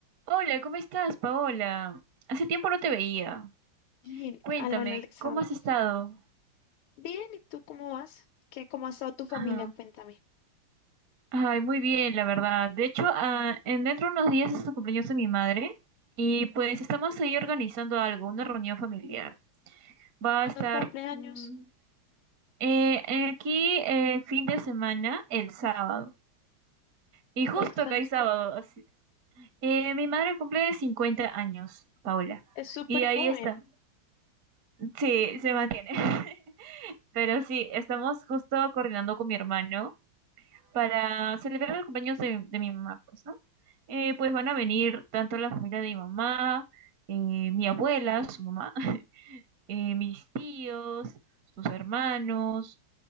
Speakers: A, on the right; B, on the left.
A: Hola, ¿cómo estás, Paola? Hace tiempo no te veía.
B: Y-
A: Cuéntame,
B: Hola, hola, Alexandra.
A: ¿cómo has estado?
B: Bien, ¿y tú cómo vas? ¿Qué, cómo ha estado tu familia?
A: Ajá.
B: Cuéntame.
A: Ay, muy bien, la verdad. De hecho, ah, en dentro de unos días es el cumpleaños de mi madre y pues estamos ahí organizando algo, una reunión familiar. Va
B: ¿Cuándo
A: a estar
B: cumple años?
A: mm, eh, eh, aquí eh, fin de semana, el sábado. Y
B: ¿Y cuántos
A: justo acá
B: años
A: hay sábado.
B: cumple?
A: así. Eh, mi madre cumple 50 años, Paola.
B: Es súper
A: Y ahí
B: joven.
A: está. Sí, se mantiene. <laughs> Pero sí, estamos justo coordinando con mi hermano para celebrar el cumpleaños de, de mi mamá, pues, ¿no? Eh, pues van a venir tanto la familia de mi mamá, eh, mi abuela, su mamá, <laughs> eh, mis tíos, sus hermanos,